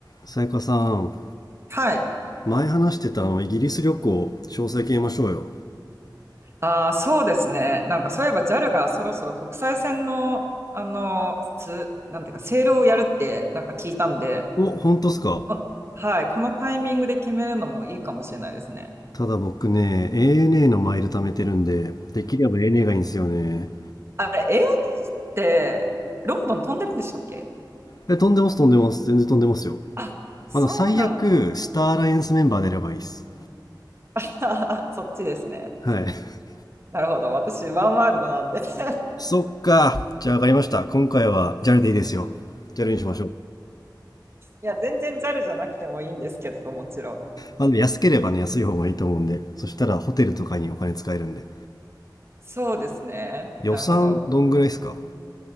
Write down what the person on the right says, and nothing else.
はい。
ああ、そうですね。なんかそういえば JAL がそろそろ国際線の、あの、つ、なんていうか、セールをやるってなんか聞いたんで、
あはい。このタイミングで決めるのもいいかもしれないですね。
あれ、えーイーって、ロンドン飛んでるんでしたっけ
あ、そうなんだ。
<laughs> そっちですね。
なるほど。私、ワンワールドなんで。<laughs>
いや、全然 JAL じゃなくてもいいんですけど、もちろん。
そうですね。
なるほど。